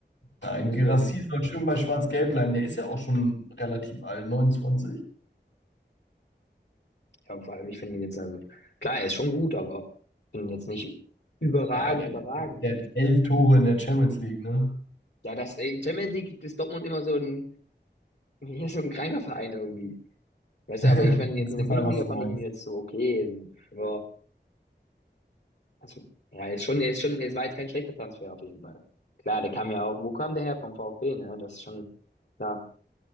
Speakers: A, on the left; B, on the left.
A: Nein,
B: muss
A: Guirassy
B: ich sagen.
A: soll schön bei Schwarz-Gelb bleiben. Der ist ja auch schon relativ alt, 29.
B: Ja, vor allem, ich finde ihn jetzt, also, klar, er ist schon gut, aber ich finde ihn jetzt nicht überragend,
A: Naja, der,
B: überragend
A: der
B: gut.
A: hat elf Tore in der Champions League, ne?
B: Ja, das äh, Champions League ist Dortmund immer so ein, <laughs> ja, so ein kranker Verein irgendwie. Weißt
A: <laughs>
B: du, aber ich fand
A: Ich
B: ihn
A: weiß
B: jetzt in
A: total,
B: der Bundesliga,
A: was du
B: fand
A: meinst.
B: ich ihn jetzt so okay. Ja, also, ja, ist schon, ist schon, es war jetzt kein schlechter Transfer auf jeden Fall. Klar, der kam ja auch, wo kam der her? Vom VfB, ne? Das ist schon, ja,